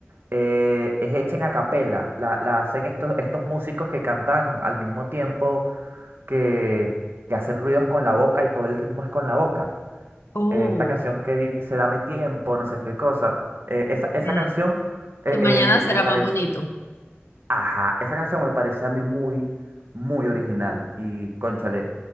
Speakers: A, on the right (about 60°); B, on the left (about 80°).
A: eh, es hecha en acapela. La, la hacen estos, estos músicos que cantan al mismo tiempo, que, que hacen ruidos con la boca y todo el ritmo es con la boca.
B: Oh,
A: Eh, esta canción que dice, dame tiempo, no sé qué cosa. Eh, esa, esa
B: Mm.
A: canción eh,
B: Que mañana
A: eh,
B: será
A: me parece...
B: más bonito.
A: Ajá, esa canción me parece a mí muy, muy original y cónchale,